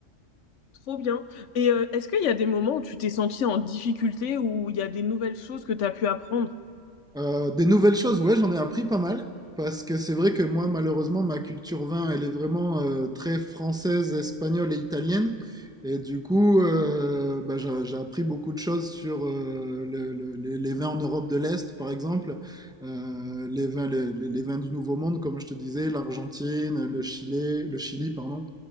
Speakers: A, on the left (about 70°); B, in the centre.
A: trop bien. Et euh, est-ce qu'il y a des moments où tu t'es senti en difficulté ou il y a des nouvelles choses que tu as pu apprendre?
B: Euh, des nouvelles choses, ouais, j'en ai appris pas mal. Parce que c'est vrai que moi, malheureusement, ma culture vin, elle est vraiment euh, très française, espagnole et italienne. Et du coup, euh, bah, j'ai j'ai appris beaucoup de choses sur euh, le- le- les, les vins en Europe de l'Est, par exemple, Euh, les vins, les, les- les vins du Nouveau Monde, comme je te disais, l'Argentine, le Chili, le Chili, pardon,